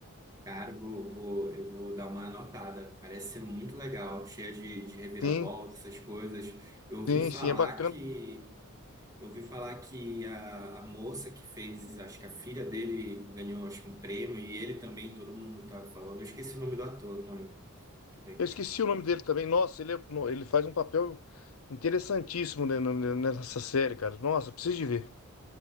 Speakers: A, on the right; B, on the left.
A: Cara, eu vou, vou- eu vou dar uma anotada. Parece ser muito legal, cheia de, de reviravolta,
B: Sim.
A: essas coisas. Eu ouvi
B: Sim,
A: falar
B: sim, é bacana.
A: que eu ouvi falar que a, a moça que fez, acho que a filha dele ganhou, acho que um prêmio e ele também, todo mundo tá falando. Eu esqueci o nome do ator, não lembro. Tudo bem.
B: Eu esqueci o nome dele também. Nossa, ele, é- no- ele faz um papel interessantíssimo ne- ne- nessa série, cara. Nossa, preciso de ver.